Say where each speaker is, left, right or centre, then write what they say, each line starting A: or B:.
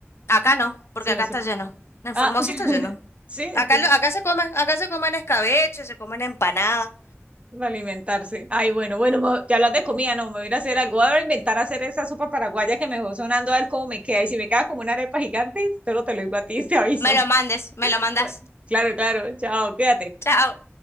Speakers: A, on the left; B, on the right.
A: acá no, porque
B: Sí,
A: acá
B: no se...
A: está lleno. En
B: Ah,
A: Formosa
B: <laughs>
A: está lleno.
B: sí,
A: Acá,
B: entonces
A: lo- acá se come, acá se comen escabeche, se comen empanada.
B: de alimentarse. Ay, bueno, bueno, mo- ya hablas de comida, no, me voy a ir a hacer algo, voy a inventar hacer esa sopa paraguaya que me dejó sonando a ver cómo me queda. Y si me queda como una arepa gigante, solo te lo digo a ti, te aviso.
A: Me lo mandes,
B: <laughs>
A: me lo mandas.
B: Claro, claro, chao, quédate
A: Chao.